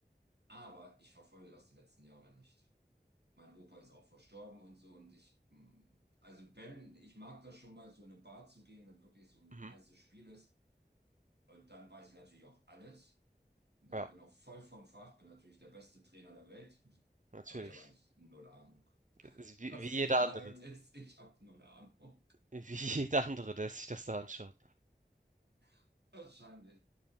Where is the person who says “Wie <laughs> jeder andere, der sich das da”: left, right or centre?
Right